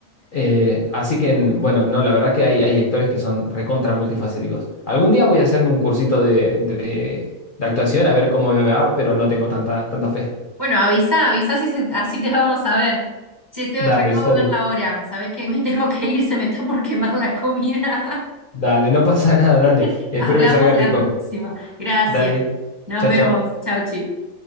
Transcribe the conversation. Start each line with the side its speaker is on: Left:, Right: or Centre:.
Left: Eh, así que, bueno, no, la verdad que hay, hay actores que son recontra multifacéticos. Algún día voy a hacerme un cursito de, de- de actuación a ver cómo me va, pero no tengo tanta, tanta fe.
Right: Bueno, avisa, avisa si se- así te vamos a ver. Che, Seba,
Left: Dale,
Right: se acabo
Left: sale.
Right: de ver la hora. ¿Sabés qué? Me tengo que ir, se me está por quemar la comida.
Left: Dale, no pasa <laughs> nada, dale.
Right: <laughs>
Left: Espero
Right: Hablamos
Left: que salga rico.
Right: la próxima. Gracias.
Left: Dale.
Right: Nos
Left: Chao,
Right: vemos.
Left: chao.
Right: Chau, chi.